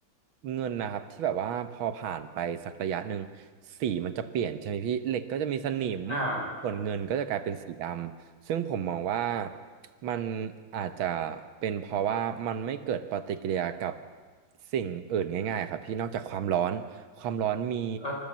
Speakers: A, on the right; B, on the left.
A: เงินนะครับที่แบบว่าพอผ่านไปสักระยะหนึ่งสีมันจะเปลี่ยนใช่ไหมพี่เหล็กก็จะมีสนิม
B: อ่า
A: ส่วนเงินก็จะกลายเป็นสีดำซึ่งผมมองว่ามันอาจจะเป็นเพราะว่ามันไม่เกิดปฏิกิริยากับสิ่งอื่นง่ายๆครับพี่นอกจากความร้อน ความร้อนมี
B: เออ